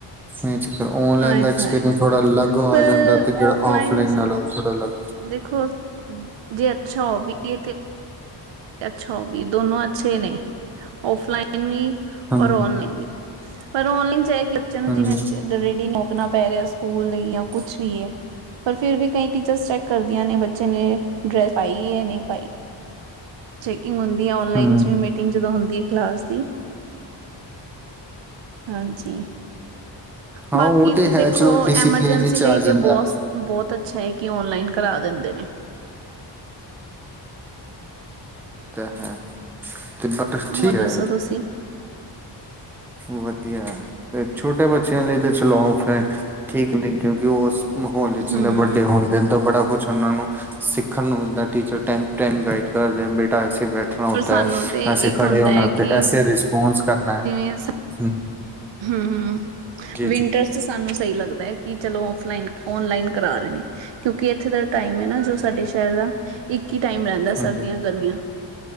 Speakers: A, in the centre; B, on the right (about 80°).
A: ਇਹ ਚੱਕਰ ਔਨਲਾਈਨ
B: ਆਏ
A: ਦਾ ਐਕਸਪੀਰੀਅੰਸ
B: ਹਾਏ
A: ਥੋੜਾ ਅਲੱਗ ਆ
B: ਪਰ
A: ਜਾਂਦਾ ਤੇ ਜਿਹੜਾ
B: ਔਫਲਾਈਨਸ
A: ਆਫਲਾਈਨ ਨਾਲ ਆ ਉਹ ਥੋੜਾ ਅਲੱਗ
B: ਦੇਖੋ, ਜੇ ਅੱਛਾ ਹੋ ਵੀ ਗਈਆਂ ਤੇ ਤੇ ਅੱਛਾ ਉਹ ਵੀ ਦੋਨੋ ਅੱਛੇ ਨੇ, ਔਫਲਾਈਨ ਵੀ
A: ਹਾਂਜੀ,
B: ਔਰ ਔਨਲਾਈਨ ਵੀ। ਪਰ ਔਨਲਾਈਨ ਚਾਹੇ ਕਿ ਬੱਚਿਆਂ ਨੂੰ
A: ਹਾਂਜੀ,
B: ਜਿਵੇਂ ਡ ਰੇਡੀ ਰੋਕਣਾ ਪੈ ਰਿਹਾ ਸਕੂਲ ਲਈ ਜਾਂ ਕੁਛ ਵੀ ਏ ਪਰ ਫੇਰ ਵੀ ਕਈ ਟੀਚਰਸ ਚੈੱਕ ਕਰਦੀਆਂ ਨੇ ਬੱਚੇ ਨੇ ਡਰੈਸ ਪਾਈ ਜਾਂ ਨਈ ਪਾਈ। ਚੈਕਿੰਗ ਹੁੰਦੀ ਏ, ਔਨਲਾਈਨ
A: ਹੂੰ,
B: ਚ ਵੀ ਮੀਟਿੰਗ ਜਦੋਂ ਹੁੰਦੀ ਐ ਕਲਾਸ ਦੀ। ਹਾਂਜੀ।
A: ਹਾਂ
B: ਬਾਕੀ
A: ਉਹ
B: ਤੇ
A: ਹੈ
B: ਦੇਖੋ
A: ਚਲੋ ਡਿਸਿਪਲਿਨ
B: ਐਮਰਜੈਂਸੀ
A: ਵਿੱਚ
B: ਲਈ
A: ਆ
B: ਤੇ
A: ਜਾਂਦਾ
B: ਬਹੁਤ ਬਹੁਤ ਅੱਛਾ ਏ ਕਿ ਔਨਲਾਈਨ ਕਰਾ ਦਿੰਦੇ ਨੇ।
A: ਤੇ ਹੈ ਤੇ ਬ
B: ਹੋਰ
A: ਠੀਕ
B: ਦੱਸੋ
A: ਐ।
B: ਤੁਸੀਂ
A: ਵਧੀਆ ਏ ਤੇ ਛੋਟੇ ਬੱਚਿਆਂ ਲਈ ਤੇ ਚਲੋ ਔਖਾ ਐ, ਠੀਕ ਨੀ ਕਿਉਂਕਿ ਉਹ ਮਾਹੌਲ ਵਿੱਚ
B: ਹਮ
A: ਵੱਡੇ ਹੁੰਦੇ ਹਨ ਤਾਂ ਬੜਾ ਕੁਛ ਉਹਨਾਂ ਨੂੰ ਸਿੱਖਣ ਨੂੰ ਮਿਲਦਾ ਟੀਚਰ ਟ ਟੇਮ ਗਾਈਡ ਕਰਦੇ ਬੇਟਾ ਐਸੇ ਬੈਠਣਾ ਹੋਤਾ
B: ਪਰ ਸਾਨੂੰ
A: ਐ,
B: ਤੇ
A: ਐਸੇ
B: ਇੱਕ
A: ਖੜੇ
B: ਹੁੰਦਾ
A: ਹੋਣਾ,
B: ਹੈ ਕਿ
A: ਐਸੇ ਰਿਸਪੋਂਸ ਕਰਨਾ ਐ।
B: <unintelligible>
A: ਹੂੰ।
B: ਹਮ ਹਮ,
A: ਜੀ,
B: ਵਿੰਟਰਸ
A: ਜੀ,
B: ਚ ਸਾਨੂੰ ਸਹੀ ਲੱਗਦਾ ਐ ਕਿ ਚਲੋ ਔਫਲਾਈਨ, ਔਨਲਾਈਨ ਕਰਾ ਰਹੇ ਨੇ‌। ਕਿਉਂਕਿ ਇੱਥੇ ਦਾ ਟਾਈਮ ਏ ਨਾ ਜੋ ਸਾਡੇ ਸ਼ਹਿਰ ਦਾ ਇੱਕ ਈ ਟਾਈਮ ਰਹਿੰਦਾ
A: ਹਾਂਜੀ
B: ਸਰਦੀਆਂ-ਗਰਮੀਆਂ,